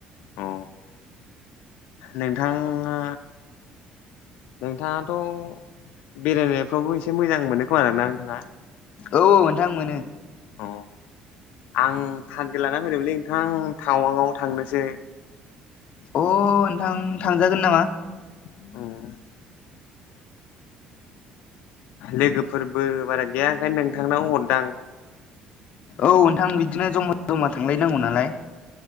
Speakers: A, on the left; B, on the left.
A: अ नोंथाङा नोंथाङाथ' बेरायनायफ्रावबो एसे मोजां मोनो खोमा ना नोंथाङा?
B: औ नोंथां मोनो।
A: अ आं थारगेट लानानानै फैदोंमोनलै नोंथां टावांआव थांनोसो।
B: अ नोंथां थांजागोन नामा।
A: औ लोगोफोरबो बारा गैया ओंखायनो नोंथांनाव हरदां।
B: औ नोंथां बिदिनो जमा जमा थांलायनांगौ नालाय।